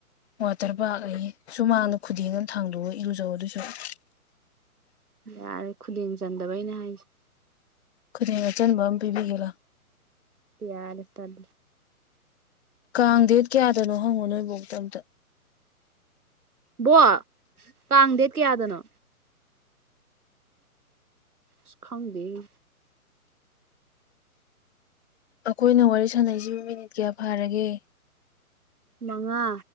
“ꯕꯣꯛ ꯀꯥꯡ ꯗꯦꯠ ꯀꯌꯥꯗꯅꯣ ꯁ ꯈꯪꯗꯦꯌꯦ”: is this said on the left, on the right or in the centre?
Right